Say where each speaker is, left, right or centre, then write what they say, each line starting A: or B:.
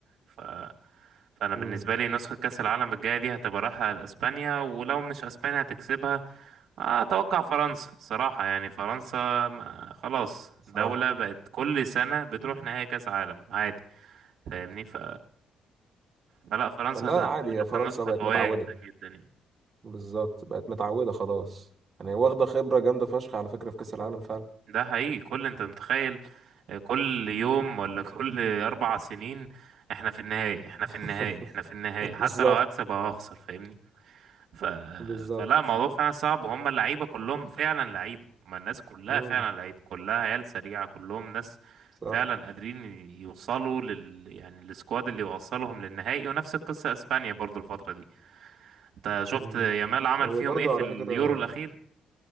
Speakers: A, on the right; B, on the right.
A: ف... فأنا بالنسبة
B: مم.
A: لي نسخة كأس العالم الجاية دي هتبقى رايحة لأسبانيا ولو مش أسبانيا هتكسبها آه، أتوقع فرنسا صراحة يعني فرنسا ما خلاص
B: صح
A: دولة بقت كل سنة بتروح نهائي كأس عالم عادي فاهمني ف... فلا فرنسا
B: ما لا
A: هتبقى
B: عادي يا
A: نازلة
B: فرنسا
A: نسخة
B: بقت
A: قوية
B: متعودة
A: جدا جدا يعني
B: بالظبط بقت متعودة خلاص يعني واخدة خبرة جامدة فشخ على فكرة في كأس العالم فعلا
A: ده حقيقي كل انت متخيل كل يوم ولا كل اربع سنين احنا في النهائي احنا
B: <laughs>
A: في النهائي احنا في النهائي حتى
B: بالظبط
A: لو هكسب او هخسر فاهمني ف...
B: بالظبط
A: فلا الموضوع فعلا صعب وهم اللعيبه كلهم فعلا لعيبه هم الناس كلها
B: مم.
A: فعلا لعيبه كلها عيال سريعه كلهم ناس
B: صح
A: فعلا قادرين يوصلوا لل يعني السكواد اللي يوصلهم للنهائي ونفس القصه اسبانيا برضو الفتره دي انت شفت
B: مم.
A: يامال عمل
B: هو
A: فيهم
B: برضه
A: ايه في
B: على
A: اليورو
B: فكرة
A: الاخير